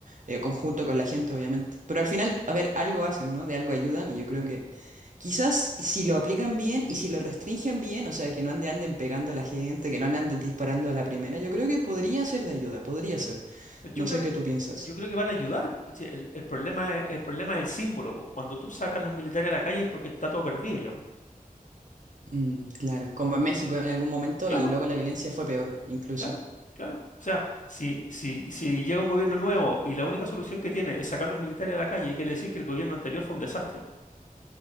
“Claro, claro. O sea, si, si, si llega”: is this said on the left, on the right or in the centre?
Left